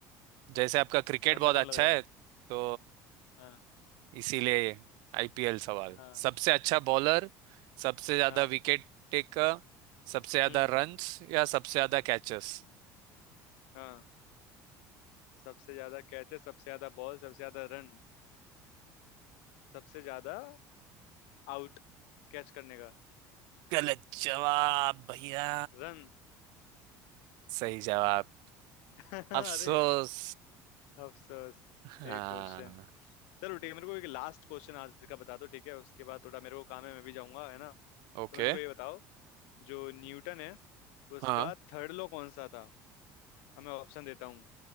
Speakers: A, on the right (about 70°); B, on the left (about 85°).
A: जैसे आपका क्रिकेट
B: ठंडा
A: बहुत
B: ना
A: अच्छा
B: लग जाए
A: है तो
B: हाँ।
A: इसीलिए आईपीएल सवाल
B: हाँ
A: सबसे अच्छा बॉलर सबसे ज्यादा
B: हाँ
A: विकेट टेकर सबसे ज्यादा
B: हम्म
A: रन्स या सबसे ज्यादा कैचेस
B: हाँ सबसे ज्यादा कैचे सबसे ज्यादा बॉल सबसे ज्यादा रन सबसे ज्यादा आउट कैच करने का
A: गलत जवाब भैया
B: रन
A: सही जवाब
B: <laughs> अरे
A: अफसोस
B: यार अफसोस
A: हाँ
B: एक क्वेश्चन चलो ठीक है मेरे को एक लास्ट क्वेश्चन आज का बता दो ठीक है उसके बाद थोड़ा मेरे को काम है मैं भी जाऊंगा है ना
A: ओके
B: तो मेरे को ये बताओ जो न्यूटन है उसका
A: हाँ
B: थर्ड लॉ कौन सा था अब मैं ऑप्शन देता हूँ